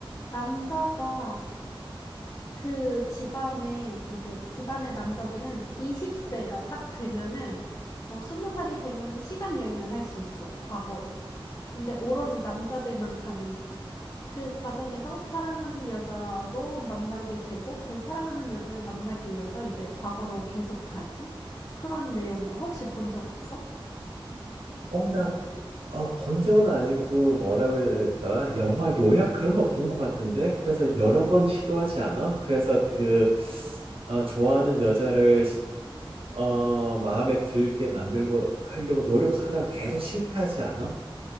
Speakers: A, on the left; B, on the right.
A: 남자가 그 집안에, 이제 집안의 남자들은 20세가 딱 되면은, 어, 20살이 되면은 시간 여행을 할 수 있어, 과거로. 근데 오로지 남자들만 가능해. 그 과정에서 사랑하는 여자도 만나게 되고 그 사랑하는 여자를 만나기 위해서 이제 과거로 계속 가지? 그런 내용이야. 혹시 본 적 없어?
B: 어, 나 어, 본 적은 아니고 뭐라고 해야 될까? 영화 요약 그런 거 본 것 같은데? 그래서 여러 번 시도하지 않아? 그래서 그, 어, 좋아하는 여자를, 시- 어, 마음에 들게 만들고 하려고 노력하다가 계속 실패하지 않아?